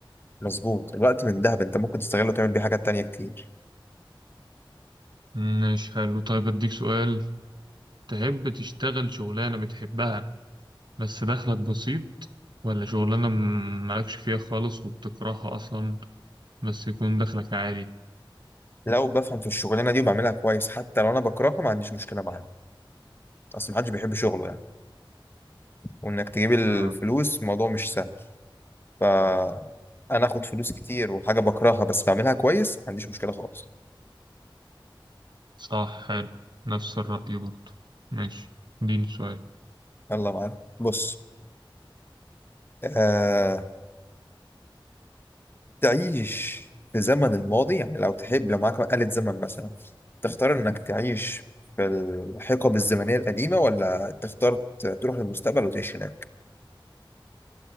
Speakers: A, on the left (about 25°); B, on the right (about 55°).
A: مظبوط الوقت من دهب انت ممكن تستغله وتعمل بيه حاجات تانية كتير
B: ماشي حلو طيب أديك سؤال تحب تشتغل شغلانة بتحبها بس دخلك بسيط ولا شغلانة م- مالكش فيها خالص وبتكرهها أصلا بس يكون دخلك عالي
A: لو بفهم في الشغلانه دي وبعملها كويس حتى لو انا بكرهها ما عنديش مشكله معاها اصل محدش بيحب شغله يعني وانك تجيب الفلوس
B: آه
A: الموضوع مش سهل ف انا اخد فلوس كتير وحاجه بكرهها بس بعملها كويس ما عنديش مشكله خالص
B: صح حلو نفس الرأي برضه ماشي اديني سؤال
A: يلا معانا بص آه... تعيش في زمن الماضي يعني لو تحب لو معاك آلة زمن مثلا تختار انك تعيش في الحقب الزمنيه القديمه ولا تختار ت- تروح للمستقبل وتعيش هناك